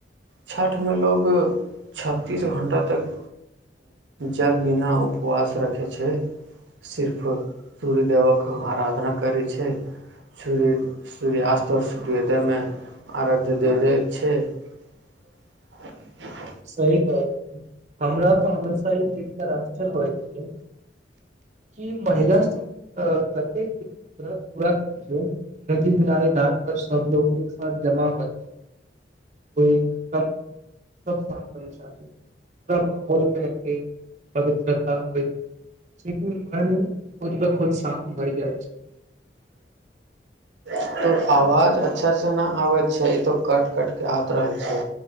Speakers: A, on the right; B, on the right.
A: छठिमे लोक छत्तीस घण्टा तक जल बिना उपवास रखै छै सिर्फ सूर्य देेवक आराधना करै छै सूर्य सूर्यास्त आओर सूर्योदयमे अराध्य दे दैय छै <inaudible>
B: सही कहलहुँ हमरा तऽ हमेशा ई देख आशर्य होइ छै कि महिला सब आ कतेक व्रत पूरा करै छै नदी किनारे घाट पर सब लोग एक साथ जमा हो छै कोई धक्का मुक्की नहि सब शान्त अनुशासित पूरा माहौल मे ही पवित्रता होय छैकि मन खुद ब खुद शान्त भ जाइ छै
A: तोर आवाज अच्छासँ नहि आबैत छै ई तऽ कट कटके आत रहल छै